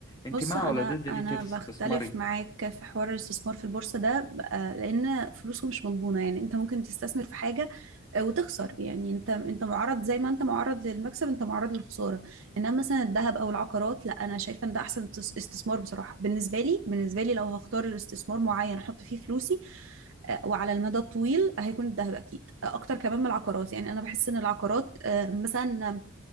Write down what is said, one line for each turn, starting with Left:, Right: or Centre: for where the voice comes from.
Left: انت
Right: بص
Left: مع
Right: انا
Left: ولا ضد ان
Right: انا
Left: انت تستثمري
Right: بختلف معاك في حوار الاستثمار في البورصه ده بقى- لان فلوسه مش مضمونه يعني انت ممكن تستثمر في حاجه آه، وتخسر يعني انت انت معرض زي ما انت معرض للمكسب انت معرض للخساره انما مثلا الذهب او العقارات لا انا شايفه ان ده احسن استس- استثمار بصراحه بالنسبه لي بالنسبه لي لو هختار استثمار معين احط فيه فلوسي آه، وعلى المدى الطويل هيكون الذهب اكيد آه، اكتر كمان من العقارات يعني انا بحس ان العقارات آه، مثلا